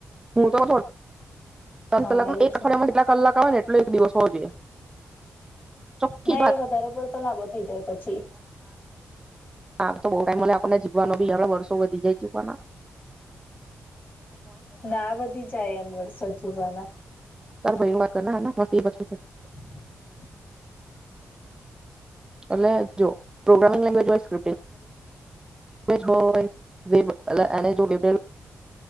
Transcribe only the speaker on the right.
હું તો <unintelligible> દસ
કલાકમાં
એક અઠવાડિયામાં
જેટલા કલાક આવે ને એટલો એક દિવસ હોવો જોઈએ. ચોખ્ખી
જ વાત
આમ તો બોવ ટાઈમ મલે આપણને જ. જીવાનો બી <unintelligible> વર્ષો વધી જાય જીવાના.
તાર ભાઈનું વાત કરના <unintelligible>
એટલે જો પ્રોગ્રામિંગ લેંગ્વજ <inaudible> <unintelligible>